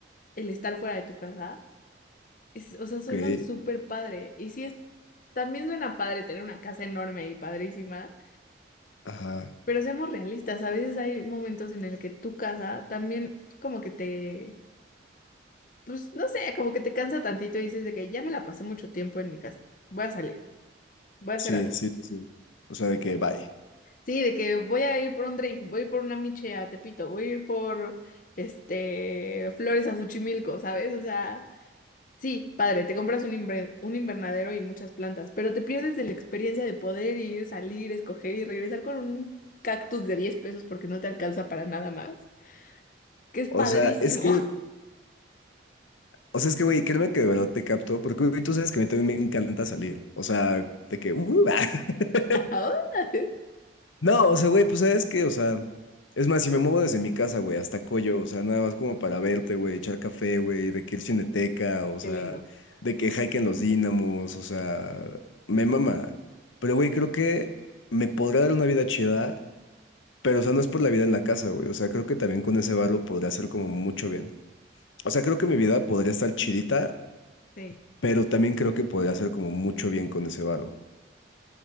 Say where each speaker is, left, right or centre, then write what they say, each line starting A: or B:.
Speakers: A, on the left (about 45°); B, on the left (about 85°).
A: el estar fuera de tu casa, es- o sea,
B: ok.
A: suenan súper padre. Y sí, es, también suena padre tener una casa enorme y padrísima,
B: Ajá.
A: pero seamos realistas, a veces hay momentos en el que tu casa también como que te pues no sé, como que te cansa tantito y dices de que ya me la pasé mucho tiempo en mi casa, voy a salir, voy a
B: Sí,
A: hacer algo.
B: sí, sí, sí. O sea, de que bye.
A: Sí, de que voy a ir por un drink, voy a ir por una miche a Tepito, voy a ir por este flores a Xochimilco, ¿sabes? O sea, sí, padre, te compras un, inver- un invernadero y muchas plantas, pero te pierdes de la experiencia de poder ir, salir, escoger y regresar con un cactus de 10 pesos porque no te alcanza para nada más, que es padrísimo.
B: O sea, es que, o sea, es que, güey, créeme que de verdad te capto, porque, güey, tú sabes que a mí también me encanta salir. O sea, de que, uh, ah. <laughs>
A: <laughs> Qué
B: No, o sea, güey, pues sabes que, o sea, es más, si me muevo desde mi casa, güey, hasta Coyo, o sea, nada más como para verte, güey, echar café, güey, de que ir Cineteca, o sea,
A: lindo.
B: de que hike en los Dínamos, o sea, me mama. Pero, güey, creo que me podrá dar una vida chida Pero, o sea, no es por la vida en la casa, güey. O sea, creo que también con ese varo podría hacer como mucho bien. O sea, creo que mi vida podría estar chidita,
A: Sí.
B: pero también creo que podría hacer como mucho bien con ese varo.